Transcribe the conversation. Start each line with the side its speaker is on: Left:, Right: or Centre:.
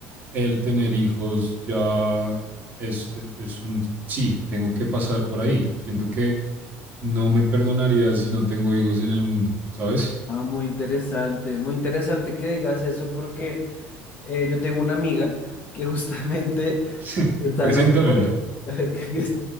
Right: el tener hijos ya es, es, es un sí, tengo que pasar por ahí. Siento que no me perdonaría si no tengo hijos en el mundo, ¿sabes?
Left: Ah, muy interesante, muy interesante que digas eso porque eh, yo tengo una amiga que justamente
Right: <laughs>
Left: <laughs> piensa
Right: Preséntamela.
Left: lo opuesto, <laughs> que piensa-